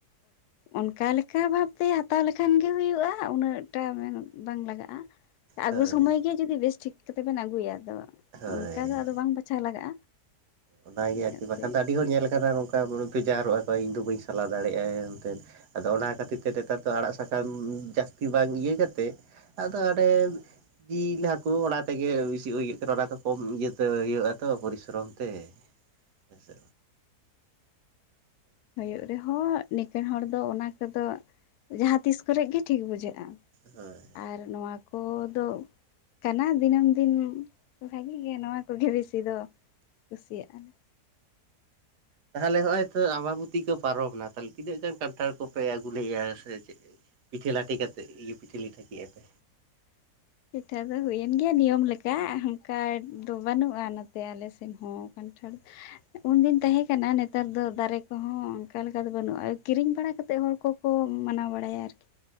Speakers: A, on the left; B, on the right.
A: ᱚᱱᱠᱟ ᱞᱮᱠ ᱚᱱᱠᱟ ᱵᱷᱟᱵᱽᱛᱮ ᱦᱟᱛᱟᱣ ᱞᱮᱠᱷᱟᱱ ᱜᱮ ᱦᱩᱭᱩᱜᱼᱟ ᱩᱱᱟᱹᱜ ᱴᱟ ᱢᱮᱱ ᱵᱟᱝ ᱞᱟᱜᱟᱜᱼᱟ ᱟᱹᱜᱩ
B: ᱦᱳᱭ
A: ᱥᱚᱢᱚᱭ ᱜᱮ ᱡᱩᱫᱤ ᱵᱮᱥ ᱴᱷᱤᱠ ᱠᱟᱛᱮ ᱵᱚᱱ ᱟᱹᱜᱩᱭᱟ ᱟᱫᱚ
B: ᱦᱳᱭ
A: ᱚᱱᱠᱟ ᱫᱚ ᱟᱫᱚ ᱵᱟᱝ ᱵᱟᱪᱷᱟᱣ ᱞᱟᱜᱟᱜᱼᱟ
B: ᱚᱱᱟᱜᱮ
A: ᱤᱱᱟᱹᱛᱮ
B: ᱟᱨᱠᱤ ᱵᱟᱠᱷᱟᱱ ᱫᱚ ᱟᱹᱰᱤ ᱦᱚᱲ ᱧᱮᱞ ᱟᱠᱟᱱᱟ ᱱᱚᱝᱠᱟ ᱵᱮᱡᱟᱨᱚᱜ ᱟᱠᱚ ᱤᱧᱫᱚ ᱵᱟᱹᱧ ᱥᱟᱞᱟ ᱫᱟᱲᱮᱭᱟᱜᱼᱟ ᱦᱮᱱᱛᱮᱱ ᱟᱫᱚ ᱚᱱᱟ ᱠᱷᱟᱹᱛᱤᱨ ᱛᱮ ᱱᱮᱛᱟᱨ ᱫᱚ ᱟᱲᱟᱜ ᱥᱟᱠᱟᱢ ᱡᱟᱹᱥᱛᱤ ᱵᱟᱝ ᱤᱭᱟᱹ ᱠᱟᱛᱮᱫ ᱟᱫᱚ ᱟᱰᱮ <unintelligible> ᱡᱤᱞ ᱦᱟᱹᱠᱩ ᱚᱱᱟ ᱛᱮᱜᱮ ᱵᱮᱥᱤ ᱠᱟᱱᱟ ᱚᱱᱟ ᱫᱚ ᱠᱚᱢ ᱤᱭᱟᱹᱛᱮ ᱦᱩᱭᱩᱜᱼᱟ ᱛᱚ ᱯᱚᱨᱤᱥᱨᱚᱢ ᱛᱮ ᱮᱥᱮ
A: ᱦᱩᱭᱩᱜ ᱨᱮᱦᱚᱸ ᱱᱤᱠᱟᱹᱱ ᱦᱚᱲ ᱫᱚ ᱚᱱᱟ ᱠᱚᱫᱚ ᱡᱟᱦᱟᱸ ᱛᱤᱥ ᱠᱚᱨᱮ ᱜᱮ ᱴᱷᱤᱠ ᱵᱩᱡᱷᱟᱹᱜᱼᱟ
B: ᱦᱮᱸ
A: ᱟᱨ ᱱᱚᱶᱟ ᱠᱚ ᱫᱚ ᱠᱟᱱᱟ ᱫᱤᱱᱟᱹᱢ ᱫᱤᱱ ᱵᱷᱟᱜᱤ ᱜᱮ ᱱᱚᱣᱟ ᱠᱚᱜᱮ ᱵᱮᱥᱤ ᱫᱚ ᱠᱩᱥᱤᱭᱟᱜᱼᱟ
B: ᱛᱟᱦᱞᱮ ᱦᱚᱸᱜᱼᱚᱭ ᱛᱚ ᱟᱢᱵᱚᱛᱤ ᱠᱚ ᱯᱟᱨᱚᱢᱮᱱᱟ ᱛᱟᱦᱞᱮ ᱛᱤᱱᱟᱹᱜ ᱜᱟᱱ ᱠᱟᱱᱴᱷᱟᱲ ᱠᱚᱯᱮ ᱟᱹᱜᱩ ᱞᱮᱫᱼᱟ ᱥᱮ ᱪᱮᱫ? ᱯᱤᱴᱷᱟᱹ ᱞᱟᱟᱹᱴᱷᱮ ᱠᱟᱛᱮᱫ ᱤᱭᱟᱹ ᱯᱤᱴᱷᱟᱹ ᱞᱤᱴᱷᱟᱹ ᱠᱮᱜ-ᱟ ᱯᱮ
A: ᱯᱤᱴᱷᱟᱹ ᱫᱚ ᱦᱩᱭᱮᱱ ᱜᱮᱭᱟ ᱱᱤᱭᱚᱢ ᱞᱮᱠᱟ ᱚᱱᱠᱟ ᱫᱚ ᱵᱟᱹᱱᱩᱜᱼᱟ ᱱᱚᱛᱮ ᱟᱞᱮ ᱥᱮᱫ ᱦᱚᱸ ᱠᱟᱱᱴᱷᱟᱲ ᱫᱚ᱾
B: <inaudible>
A: ᱩᱱᱫᱤᱱ ᱛᱟᱦᱮᱸ ᱠᱟᱱᱟ ᱱᱮᱛᱟᱨ ᱫᱚ ᱫᱟᱨᱮ ᱠᱚᱦᱚᱸ ᱚᱱᱠᱟ ᱞᱮᱠᱟ ᱫᱚ ᱵᱟᱹᱱᱩᱜᱼᱟ ᱠᱤᱨᱤᱧ ᱵᱟᱲᱟ ᱠᱟᱛᱮᱫ ᱦᱚᱲ ᱠᱚᱠᱚ ᱢᱟᱱᱟᱣ ᱵᱟᱲᱟᱭᱟ ᱟᱨᱠᱤ